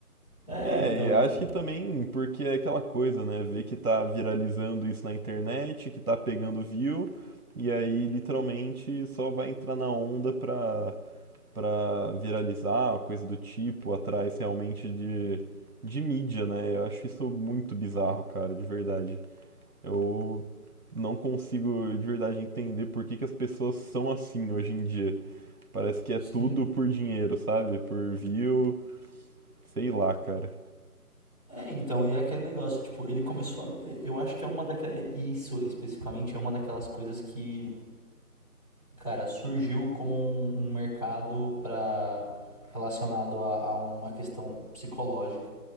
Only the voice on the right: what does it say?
É,
e acho que também porque é aquela coisa, né? Ver que tá viralizando isso na internet, que tá pegando view, e aí literalmente só vai entrar na onda pra, pra viralizar, coisa do tipo, atrás realmente de, de mídia, né? Eu acho isso muito bizarro, cara, de verdade. Eu não consigo de verdade entender por que que as pessoas são assim hoje em dia. Parece que é
tudo por dinheiro, sabe? Por view Sei lá, cara.